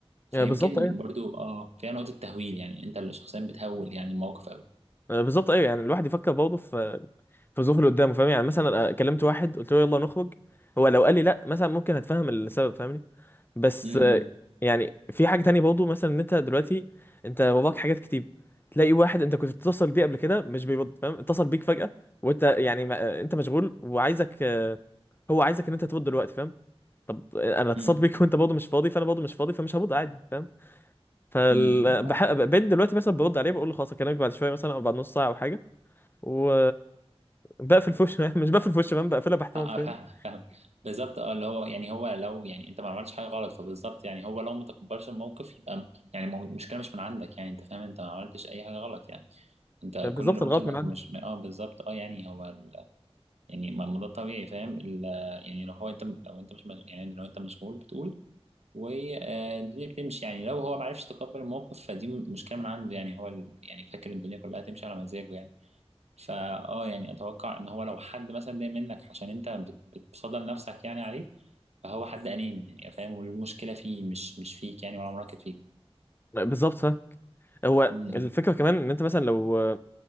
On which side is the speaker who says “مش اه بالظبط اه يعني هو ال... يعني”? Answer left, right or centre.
Right